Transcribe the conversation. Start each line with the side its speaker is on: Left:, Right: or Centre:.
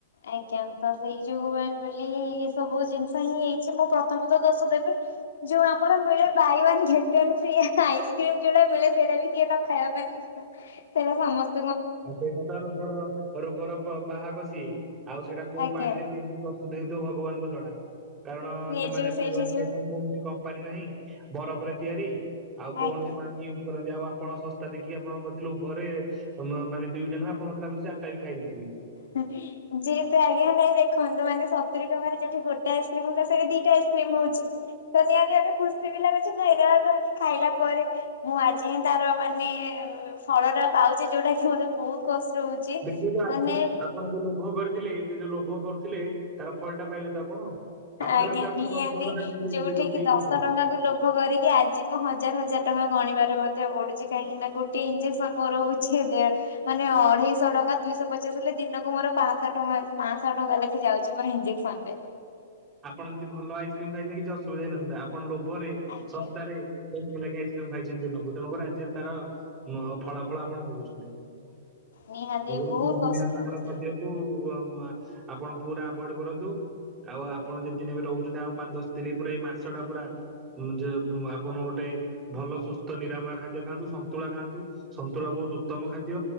Left: ଆଜ୍ଞା। ତ ସେଇ ଯୋଗୁ ପାଇଁ ବୋଲି ଏ ସବୁ ଜିନିଷ ହିଁ ହେଇଛି, ମୁଁ ପ୍ରଥମ ତ ଦୋଷ ଦେବି ଯୋଉ ଆମର ମିଳେ buy one get one free ice cream ଯୋଉଟା ମିଳେ, ସେଇଟା ବି କିଏ ନ ଖାଇବା ପାଇଁ ବ୍ୟସ୍ତ। ସେଇରା ସମସ୍ତ
Right: ସେଇଟା ତ ରୋଗର ରୋଗର ବା-ବାହାକ ସିଏ। ଆଉ ସେଇଟା କୋଉ
Left: ଆଜ୍ଞା
Right: ପାଣିରେ କେମିତି ପ୍ରସ୍ତୁତ ହେଉଥିବ ଭଗବାନଙ୍କୁ ଜଣା। କାରଣ
Left: ସିଏ
Right: ସେମାନେ
Left: ଯୋଉ
Right: ବାଏ
Left: ସେଇଠି
Right: ୱାନ
Left: ଯୋଉ
Right: ଗେଟ୍ ୱାନ କୌଣସି କମ୍ପାନୀ ନାହିଁ, ବରଫରେ ତିଆରି ଆଉ କୌଣସି
Left: ଆଜ୍ଞା।
Right: ପାଣି ୟୁଜ କରନ୍ତି ଆଉ ଆପଣ ଶସ୍ତା ଦେଖିକି ଆପଣଙ୍କ ପ୍ରତି ଲୋଭରେ ମ-ମାନେ ଦୁଇଟା ନୁହଁ, ଆପଣ ମତେ ଲାଗୁଛି ଚାରିଟା ବି ଖାଇ ଦେଇଥିବେ।
Left: ହଁ। ଯିଏ ତ ଆଜ୍ଞା ନାଇ ଦେଖନ୍ତୁ, ମାନେ ସତୁରି ଟଙ୍କାରେ ଯୋଉଠି ଗୋଟେ ଆଇସ୍କ୍ରିମ ହଉଥିଲା, ସେଠି ଦିଟା ଆଇସ୍କ୍ରିମ ହଉଛି। ତ ନିହାତି ଭାବରେ ଖୁସି ବି ଲାଗୁଛି, ଖାଇବା କହିକି ଖାଇଲା ପରେ ମୁଁ ଆଜି ହିଁ ତାର ମାନେ ଫଳଟା ପାଉଛି, ଯୋଉଟାକି ମତେ ବହୁତ କଷ୍ଟ ହଉଛି।
Right: ଦେଖିଲେ ତ ଆଜି
Left: ମାନେ
Right: ଆପଣ ଯୋଉ ଲୋଭ କରିଥିଲେ, ଏତେ ଯୋଉ ଲୋଭ କରୁଥିଲେ ତାର ଫଳଟା ପାଇଲେ ତ ଆପଣ? ଆଉ ମତେ
Left: ଆଜ୍ଞା
Right: ଲାଗୁଛି ଆପଣ
Left: ନିହାତି
Right: ଦଶ ପନ୍ଦରଟା କିଣି ଦେଇଥିବେ
Left: ଯୋଉଠି
Right: ଏ ଯୋଉ ଫ୍ରି
Left: କିି ଦଶ
Right: ପାଇଁ ଖାଇବେ।
Left: ଟଙ୍କାକୁ ଲୋଭ କରିକି ଆଜି ମୁଁ ହଜାର ହଜାର ଟଙ୍କା ଗଣିବାରେ ମଧ୍ୟ ପଡୁଛି। କାହିଁକିନା ଗୋଟିଏ ଇଞ୍ଜେକ୍ସନ ମୋର ହଉ ଉଛି ଦେଢ଼ ମାନେ ଅଢେଇଶହ ଟଙ୍କା, ଦୁଇଶହ ପଚାଶ ହେଲେ ଦିନକୁ ମୋର ପାଞ୍ଚଶହ ଟଙ୍କା ପାଞ୍ଚଶହ ଟଙ୍କା ଲେଖେ ଯାଉ ଉଚି ମୋର ଇଞ୍ଜେକସନରେ।
Right: ଆପଣ ଯଦି ଭଲ ଆଇସ୍କ୍ରିମ୍ ଖାଇଥିଲେ କିଛି ଅସୁବିଧା ହେଇନଥାନ୍ତା। ଆପଣ ଲୋଭରେ,
Left: ଆଜ୍ଞା।
Right: ଶସ୍ତାରେ ଏତେ ଲେଖା ଆଇସ୍କ୍ରିମ ଖାଇଛନ୍ତି ଦିନକୁ, ତେଣୁକରି ଆଜିର ତାର ଉମ୍ ଫଳାଫଳ ଆପଣ ଭୋଗୁଛନ୍ତି। <unintelligible>
Left: ନିହାତି ବହୁତ କଷ୍ଟ
Right: ବାହାର
Left: ହଉଛି
Right: ଖାଦ୍ୟ ଆଉ ଆମ୍-ଆ-ଆପଣ ପୁରା ଆଭଏଡ କରନ୍ତୁ, ଆଉ ଆପ- ଆପଣ ଯେଦିନ ଏବେ ରହୁଛନ୍ତି ଆଉ ପାଞ୍ଚ ଦଶ ଦିନ ପୁରା, ଏଇ ମାସଟା ପୁରା ଯେ ଆପଣ ଗୋଟେ ଭଲ ସୁସ୍ଥ ନିରାମୟ ଖାଦ୍ୟ ଖାଆନ୍ତୁ, ସନ୍ତୁଳା ଖାଆନ୍ତୁ ସନ୍ତୁଳା ବହୁତ ଉତ୍ତମ ଖାଦ୍ୟ,